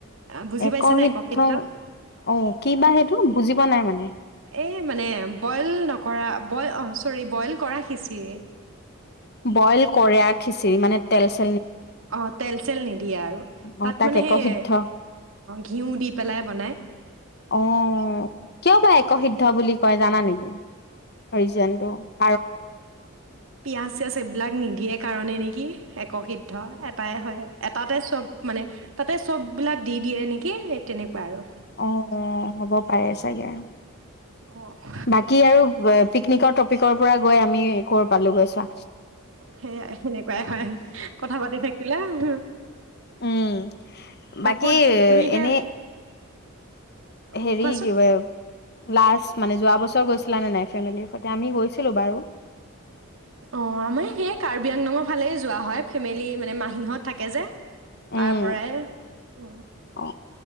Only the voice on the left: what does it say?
এক
শিদ্ধ
অ কি বা সেইটো বুজি পোৱা নাই মানে।
বইল কৰে খিচিৰ মানে তেল চে
অ
তাক
একসিদ্ধ
অ কিয় বা এক সিদ্ধ বুলি কয় জানা নেকি? <unintelligible>
অ হ'ব পাৰে চাগে।
বাকী আৰু পিকনিকৰ টপিকৰ পৰা গৈ আমি কৰ পালোগৈ চোৱা।
উম বাকী
এনে
হেৰি
কি লাষ্ট মানে যোৱা বছৰ গৈছিলা নে নাই ফেমিলিৰ সৈতে আমি গৈছিলো বাৰু
উম।
অ